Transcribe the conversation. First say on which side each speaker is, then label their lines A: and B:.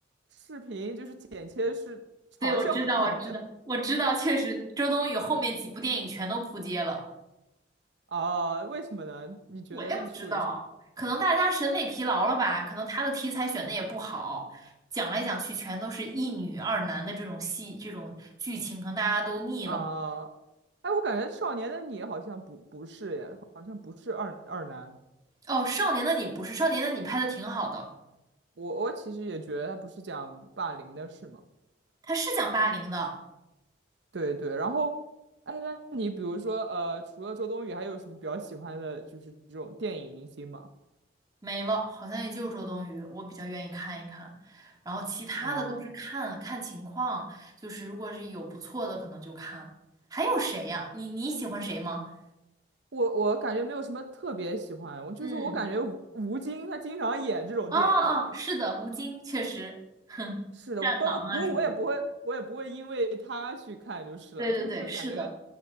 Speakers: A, on the right; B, on the right.
A: 视频，就是剪切是嘲笑他们的。
B: 对，我知道，我知道，我知道，确实，周冬雨后面几部电影全都扑街了。
A: 啊，为什么呢？你觉得它是为什
B: 我也不知道，可能大家审美疲劳了吧？可能她的题材选的也不好，讲来讲去全都是一女二男的这种戏，这种剧情，可能大家都腻了。
A: 么啊？哎，我感觉《少年的你》好像不不是耶，好像不是二二男。
B: 哦，《少年的你》不是，《少年的你》拍的挺好的，
A: 我我其实也觉得他不是讲霸凌的事嘛。
B: 他是讲霸凌的。
A: 对对，然后，哎，那你比如说，呃，除了周冬雨，还有什么比较喜欢的，就是这种电影明星吗？
B: 没了，好像也就周冬雨，我比较愿意看一看。然后其他的都是看看情况，
A: 啊，
B: 就是如果是有不错的，可能就看。还有谁呀？你你喜欢谁吗？
A: 我我感觉没有什么特别喜欢，我就是我感觉吴吴京他经常演这种电影。
B: 嗯，哦哦，是的，吴京确实，<laughs> 哼，
A: 是的，
B: 战狼啊什么，
A: 包不过我也不会，我也不会因为他去看就是了，
B: 对对对，
A: 就是感觉，
B: 是的，